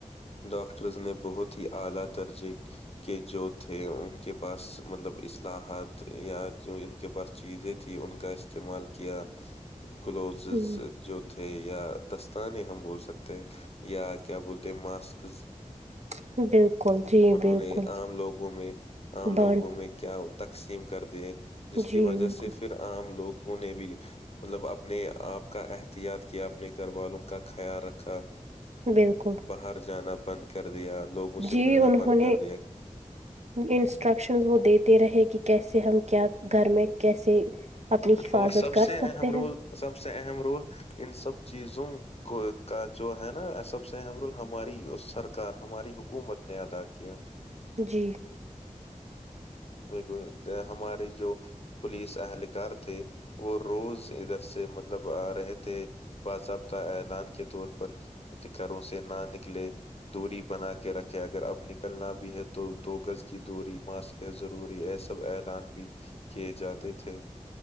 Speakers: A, on the left; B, on the right.
A: ڈاکٹرز نے بہت ہی اعلی درجے کہ جو تھے ان کے پاس مطلب اصلاحات یا ان کے بس چیزیں تیں ان کا استعمال کیا گلؤزز
B: ہم،
A: جو تھے یا دستانے ہم بول سکتے ہیں یا کیا بولتے ماسکز
B: <unintelligible> بالکل جی
A: انہوں
B: بالکل
A: نے عام لوگوں میں عام
B: بانٹ
A: لوگوں میں کیا وہ تقسیم کر د جس کی
B: جی
A: وجہ
B: بالکل
A: سے پھر عام لوگوں نے بھی مطلب اپنے آپ کا احتیاط کیا اپنے گھر والوں کا خیال رکھا
B: بالکل
A: باہر جانا بند کر دیا لوگوں سے
B: جی
A: ملنا
B: انہوں
A: بند کر
B: نے
A: دیا
B: انسٹرکشنز وہ دیتے رہے کہ کیسے ہم کیا گھر میں کیسے اپنی حفاظت
A: اور سب
B: کر
A: سے اہم
B: سکتے
A: رول
B: ہیں
A: سب سے اہم رول ان سب چیزوں کو کا جو ہے نا سب سے اہم رول ہماری سرکار ہماری حکومت نے ادا کیا
B: جی
A: میریک ہمارے جو پولیس اہلکار تھے وہ روز ادھر سے مطلب رہے تھے باضابطہ اعلان کے طور پر اتکاروں سے نہ نکلے دوری بنا کے رکھے اگر اب نکلنا بھی ہے تو دو گز کی دوری ماسک ہے ضروری ایسا سب اعلان بھی کیے جاتے تھے